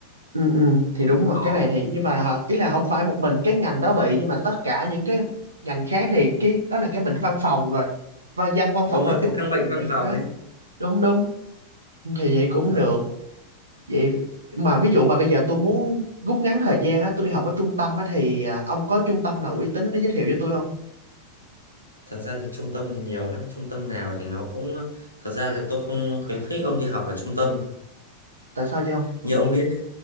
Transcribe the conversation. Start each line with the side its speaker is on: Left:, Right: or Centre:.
Right: ừ, ừ, thì đúng rồi
Left: đó
Right: cái này thì nhưng mà hả, ý là không phải một mình cái ngành đó bị nhưng mà tất cả những cái ngành khác thì cái đó là cái bệnh văn phòng rồi. Và văn văn
Left: Đúng
Right: phòng
Left: rồi,
Right: nói chung
Left: cái căn bệnh văn
Right: bị
Left: phòng
Right: cái đó.
Left: ấy.
Right: Đúng đúng thì vậy cũng
Left: Đó.
Right: được. vậy mà ví dụ mà bây giờ tôi muốn rút ngắn thời gian á tôi đi học ở trung tâm á thì à, ông có trung tâm nào uy tín để giới thiệu cho tôi không
Left: Thật ra thì trung tâm thì nhiều lắm. Trung tâm nào thì nó cũng... Thật ra là tôi không khuyến khích ông đi học ở trung tâm.
Right: tại sao vậy không
Left: Như ông biết nhá.